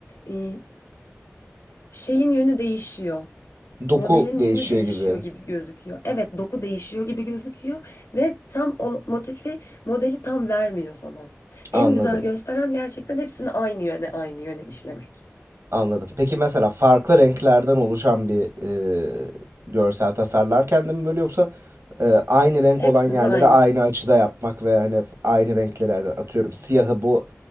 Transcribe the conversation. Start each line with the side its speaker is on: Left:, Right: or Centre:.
Left: e, şeyin yönü değişiyor.
Right: Doku
Left: Modelin
Right: değişiyor
Left: yönü değişiyor
Right: gibi.
Left: gibi gözüküyor. Evet, doku değişiyor gibi gözüküyor ve tam o motifi, modeli tam vermiyor sana. En
Right: Anladım.
Left: güzel gösteren gerçekten hepsini aynı yöne, aynı yöne işlemek.
Right: Anladım. Peki mesela farklı renklerden oluşan bir e, görsel tasarlarken de mi böyle yoksa e, aynı renk
Left: Hepsinde
Right: olan yerleri
Left: aynı.
Right: aynı açıda yapmak ve hani f- aynı renkleri hani atıyorum siyahı bu